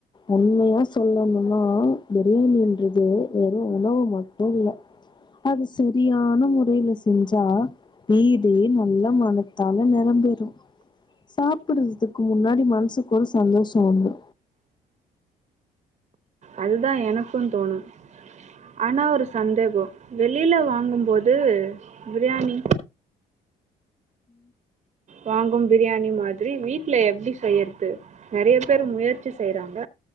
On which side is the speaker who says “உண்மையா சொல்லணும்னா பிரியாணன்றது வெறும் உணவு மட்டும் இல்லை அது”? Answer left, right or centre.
Left